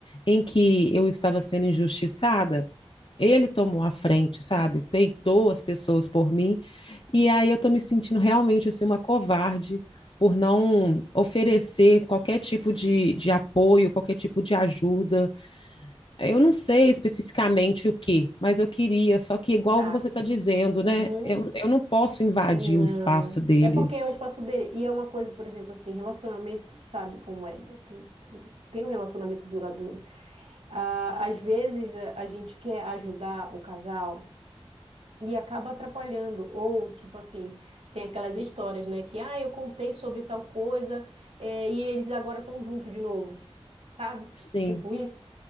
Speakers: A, on the left (about 55°); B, on the right (about 85°).
A: em que eu estava sendo injustiçada. Ele tomou a frente, sabe? Peitou as pessoas por mim e aí eu estou me sentindo realmente assim uma covarde por não oferecer qualquer tipo de, de apoio, qualquer tipo de ajuda eu não sei especificamente o que, mas eu queria, só que igual
B: Tá.
A: você está dizendo,
B: Uhum.
A: né? Eu, eu não posso invadir
B: Não.
A: o espaço dele.
B: É porque é o espaço dele. E é uma coisa, por exemplo, assim, relacionamento, tu sabe como é, né? Tu, tu tem um relacionamento duradouro. Ah, às vezes a a gente quer ajudar o casal E acaba atrapalhando. Ou, tipo assim, tem aquelas histórias, né? Que, ah, eu contei sobre tal coisa, eh, e eles agora estão juntos de novo. Sabe?
A: Sim,
B: Tipo isso.